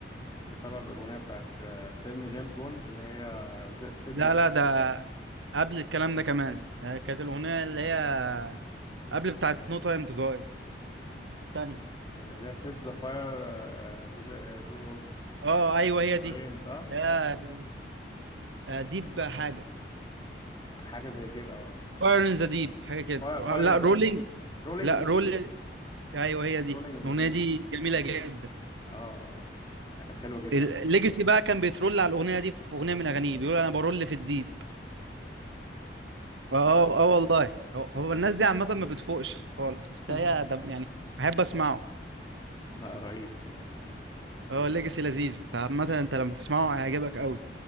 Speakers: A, on the left (about 25°); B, on the right (about 80°).
A: بسبب الأغنية بتاعت آه، فيلم جيمس بوند اللي هي سيت
B: لا
A: ذا ساير،
B: لا ده قبل الكلام ده كمان آه، كانت الاغنيه اللي هي قبل بتاعت نو تايم تو داي تاني
A: اللي هي سيت ذا فاير تو تو
B: اه ايوه هي دي
A: رين صح؟
B: لا ديب حاجه
A: حاجة زي كده
B: فاير ان ذا ديب حاجه كده
A: اه
B: آه،
A: فاير
B: لا
A: ان ذا
B: رولينج
A: ديب رولينج
B: لا
A: ذا
B: رول
A: ديب
B: ايوه هي دي
A: رولينج ذا
B: الاغنيه
A: ديب
B: دي جميله جدا
A: اه اه لا، كانت حلوة جدا
B: الليجاسي بقى كان بيترول على الاغنيه دي في اغنيه من اغانيه بيقول انا برول في الديب اه اه والله هو هو الناس دي عامه ما بتفوقش خالص بس
A: <laughs>
B: هي ده يعني بحب اسمعه
A: لا، رهيب يعني و-
B: اه
A: و-
B: الليجاسي لذيذ انت عامه انت لما تسمعه هيعجبك قوي